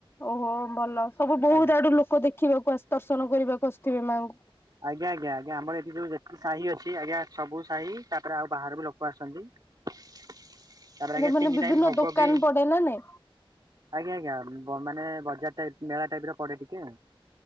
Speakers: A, on the left (about 25°); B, on the right (about 45°).
A: ଓହୋ ଭଲ ସବୁ ବହୁତ
B: ଆଜ୍ଞା।
A: ଆଡ଼ୁ ଲୋକ ଦେଖିବାକୁ ଆସ୍ ଦର୍ଶନ କରିବାକୁ ଆସୁଥିବେ ମାଆଙ୍କୁ।
B: ଆଜ୍ଞା ଆଜ୍ଞା ଆଜ୍ଞା ଆମର ଏଠି ଯୋଉ ଯେ ଇ ସାହି ଅଛି ଆଜ୍ଞା ସବୁ ସାହି ତାପରେ ଆଉ ବାହାର ବି ଲୋକ ଆସନ୍ତି। ତାପରେ ଆଜ୍ଞା
A: ଏ ମାନେ
B: ତିନି
A: ବିଭିନ୍ନ
B: ଟାଇମ୍ ଭୋଗ
A: ଦୋକାନ
B: ବି
A: ପଡେ ନା ନାଇଁ
B: ଆଜ୍ଞା ଆଜ୍ଞା ବ ମାନେ ବଜାର ଟାଇପ୍ ମେଳା ଟାଇପ୍ ର ପଡ଼େ ଟିକେ।